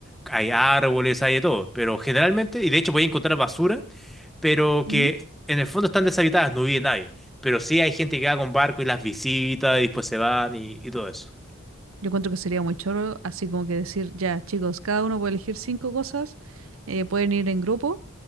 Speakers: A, in the centre; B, on the right (about 85°).
A: hay árboles, hay de todo. Pero generalmente, y de hecho voy a encontrar basura, pero
B: ujú.
A: que en el fondo están deshabitadas, no vive nadie. Pero sí hay gente que va con barco y las visita y después se van y, y todo eso.
B: Yo encuentro que sería muy choro, así como que decir, ya, chicos, cada uno puede elegir cinco cosas, eh, pueden ir en grupo.